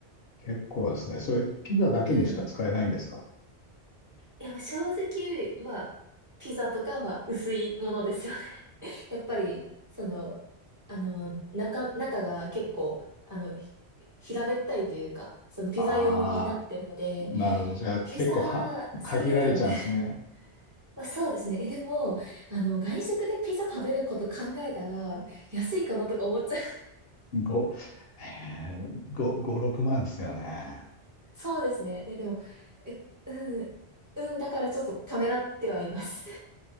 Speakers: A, on the left; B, on the right.
A: 結構ですね。それ、ピザだけにしか使えないんですか
B: うん。いや、まあ、正直、まあ、ピザとか、まあ、薄いものですよねやっぱり、その、あの、中、中が結構、あの、ひ平べったいというか、そのピザ用になってるので、
A: ああ、なるほど。じゃあ、
B: ピザ
A: 結構は、
B: 専用ではある。
A: 限られちゃうんですね。
B: <laughs> まあそうですね。え、でも、あの、外食でピザ食べること考えたら、安いかなとか思っちゃう。
A: 5、えー、5、5、6万ですよね。
B: <laughs> そうですね。え、でも、え、うん、うん、だからちょっとためらってはいます。